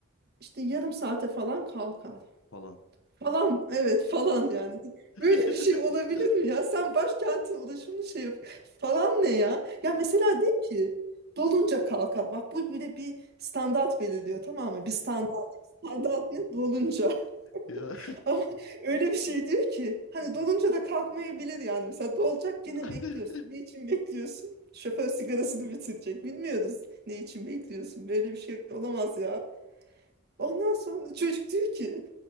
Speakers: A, on the right; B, on the left.
A: işte yarım saate falan kalkar.
B: falan.
A: Falan evet falan yani. Böyle
B: <laughs>
A: bir şey olabilir mi ya? Sen başkentin ulaşımını şey yap. Falan ne ya? Ya mesela de ki dolunca kalkar. Bak bu böyle bir standart belirliyor tamam mı? Bir standart. Standart ne? Dolunca.
B: Ya.
A: <laughs> Ama öyle bir şey diyor ki hani dolunca da kalkmayabilir yani. Mesela dolacak gene
B: <laughs>
A: bekliyorsun. Ne için bekliyorsun? Şoför sigarasını bitirecek. Bilmiyoruz ne için bekliyorsun. Böyle bir şey olamaz ya. Ondan sonra çocuk diyor ki